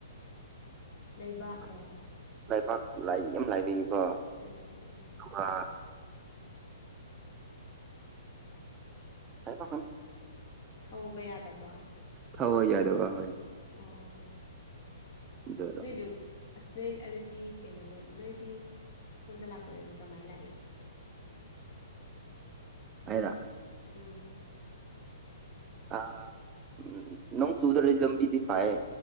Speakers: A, on the left; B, on the right.
A: ꯂꯩꯕꯥꯛꯂꯣ
B: ꯑ ꯂꯩꯕꯥꯛ ꯂꯥꯏꯛ ꯌꯥꯝ ꯂꯥꯏꯕꯤꯌꯨꯀꯣ
A: ꯎꯝ ꯎꯝ ꯎꯝ
B: ꯑ ꯍꯥꯏꯕ ꯈ
A: ꯊꯧꯕ ꯌꯥꯗꯕ꯭ꯔꯥ
B: ꯐꯋꯥ ꯌꯥꯗ ꯑ ꯍꯣꯏ
A: ꯑꯥ ꯑꯥ ꯑꯥ ꯑꯥ
B: <inaudible>
A: ꯅꯣꯏꯁꯨ ꯑꯁ ꯅꯣꯏ ꯑꯗꯨꯗꯤ ꯀꯩꯅꯣ ꯂꯩ ꯅꯣꯏꯗꯤ ꯁꯣꯝꯗ ꯂꯥꯛꯄꯗꯗꯤ ꯀꯃꯥꯏꯅ ꯂꯥꯛꯑꯦ
B: ꯑꯩꯔꯣ
A: ꯎꯝ
B: ꯑ ꯎꯝ ꯅꯣꯡ ꯆꯨꯗ꯭ꯔꯗꯤ ꯂꯝꯕꯤꯗꯤ ꯐꯌꯦ